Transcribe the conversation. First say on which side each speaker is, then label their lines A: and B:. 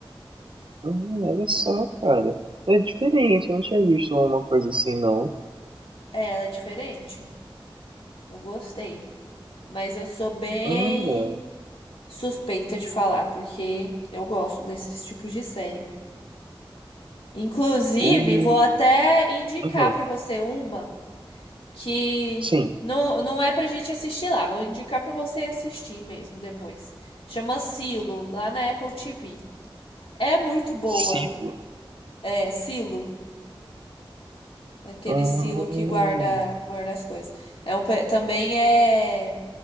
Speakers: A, on the right (about 65°); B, on the left (about 75°).
A: Uhum, olha só, cara. É diferente, eu não tinha visto uma coisa assim, não.
B: É, ela é diferente. Eu gostei. Mas eu sou bem
A: Olha.
B: suspeita de falar, porque eu gosto desses tipos de série. Inclusive,
A: O.
B: vou até indicar
A: Aham.
B: para você uma. que
A: Sim.
B: não, não é pra gente assistir lá. Vou indicar pra você assistir mesmo depois. Chama Silo, lá na Apple TV. É muito boa.
A: Sibo.
B: É, Silo, aquele
A: Hum.
B: Silo que guarda, guarda as coisas. É um, pe- também é,